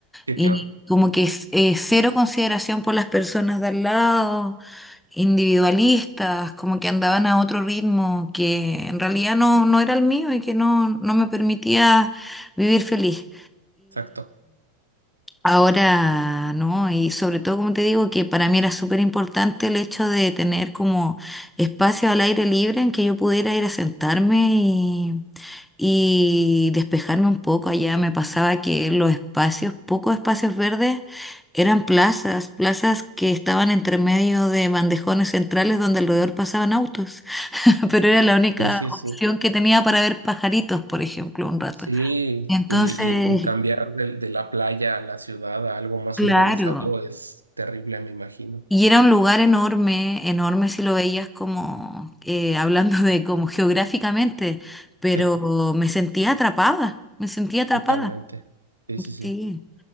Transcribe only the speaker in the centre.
y
como que es- eh, cero consideración por las personas de al lado, individualistas, como que andaban a otro ritmo que en realidad no, no era el mío y que no, no me permitía vivir feliz.
Ahora, ¿no? Y sobre todo, como te digo, que para mí era súper importante el hecho de tener como espacio al aire libre en que yo pudiera ir a sentarme y, y despejarme un poco. Allá me pasaba que los espacios, pocos espacios verdes, eran plazas, plazas que estaban entre medio de bandejones centrales donde alrededor pasaban autos, <laughs> pero era la única
opción
que tenía para ver pajaritos, por ejemplo, un rato.
Entonces,
claro.
Y era un lugar enorme, enorme si lo veías como, eh, hablando de como geográficamente, pero
me sentía atrapada, me sentía atrapada.
Sí,